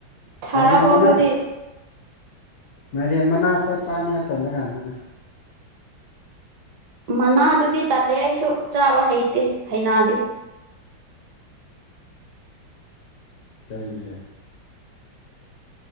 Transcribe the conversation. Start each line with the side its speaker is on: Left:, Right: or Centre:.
Right: ꯊꯥꯔꯛꯑꯣ
Left: ꯃꯥꯏꯔꯦꯟ ꯃꯅꯥ
Right: ꯑꯗꯨꯗꯤ
Left: ꯃꯥꯏꯔꯦꯟ ꯃꯅꯥ ꯐꯥꯎ ꯆꯥꯅꯤꯉꯥꯏ ꯇꯜꯂ ꯀꯥꯟꯁꯤꯗ
Right: ꯃꯅꯥꯗꯨꯗꯤ ꯇꯜꯂꯦ ꯑꯩꯁꯨ ꯆꯥꯕ ꯍꯩꯇꯦ ꯍꯩꯅꯥꯗꯦ
Left: ꯀꯩꯒꯤ